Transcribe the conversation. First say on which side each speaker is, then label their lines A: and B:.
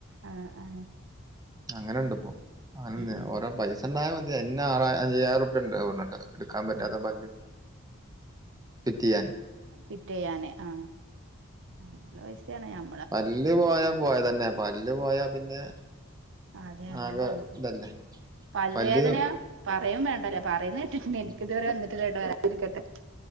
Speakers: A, on the right; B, on the right.
A: ആ് ആ ആ
B: അങ്ങനെ ഇണ്ട് ഇപ്പോൊ അങ്ങനെ
A: ഉം
B: ഓോ പൈസണ്ടായ മതി അ ആറ അയ്യായിരം രൂപ ഉണ്ട്ണ്ട് എടുക്കാൻ പറ്റാത്ത
A: ഉം
B: പല്ല് കിറ്റ് ചെയ്യാൻ
A: പിറ്റ്യാനെ ആ നല്ല പൈസാണ് ഞാൻ
B: പല്ല് പോയാ പോയ തന്നെ പല്ല് പോയ പിന്നെ
A: ആദ്യല്ല
B: ആകെ
A: പൈസ
B: ഇതല്ലേ
A: പല്ുവേദന
B: പല്ല്
A: പറയും വേണ്ടല്ലേ പറയുന്ന പിന്ന
B: ഉം
A: എനിക്ക ഇതുവരെ വന്നിട്ടില്ല കേട്ടോ വരാതിരിക്കട്ടെ